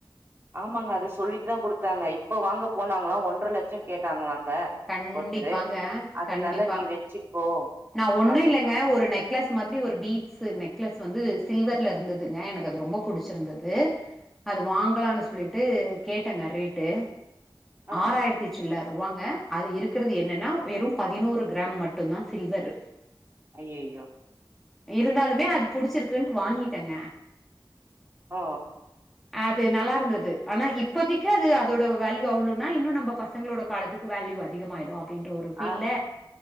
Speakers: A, on the right; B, in the centre.
A: ஆமாங்க அத சொல்லிட்டு தா குடுத்தாங்க இப்ப வாங்க போனாங்களா ஒன்ற லட்ச கேட்டாங்களாங்க
B: கண்டிப்பாங்க
A: ஒருத்தரு. அதனால
B: கண்டிப்பா
A: நீ வச்சுக்கோ
B: நா ஒன்னு
A: அப்டின்னு
B: இல்லைங்க ஒரு நெக் நெக்லஸ் மாதிரி ஒரு பீட்ஸ் நெக்லஸ் வந்து சில்வர்ல இருந்ததுங்க எனக்கு அது ரொம்ப புடிச்சிருந்தது அத
A: ஆ
B: வாங்கலான்னு சொல்லிட்டு கேட்டேங்க ரேட்டு
A: ஆ
B: ஆறாயிரத்தி சில்லர் ரூவாங்க அது இருக்கிறது என்னன்னா வெறும் பதினோரு கிராம் மட்டு தா சில்வர்
A: ஐயய்யோ
B: இருந்தாலுமே அது புடிச்சிருக்குன்ட்டு வாங்கிட்டங்க
A: ஓ
B: ஹ அது நல்லா இருந்தது ஆனா இப்போதிக்கு அது அதோட வேல்யூ அவ்ளுன்னா இன்னு நம்ம பசங்களோட காலத்துக்கு வேல்யூ அ திகமாயிடு அப்படின்ற ஒரு ஃபீல்ல
A: ஆ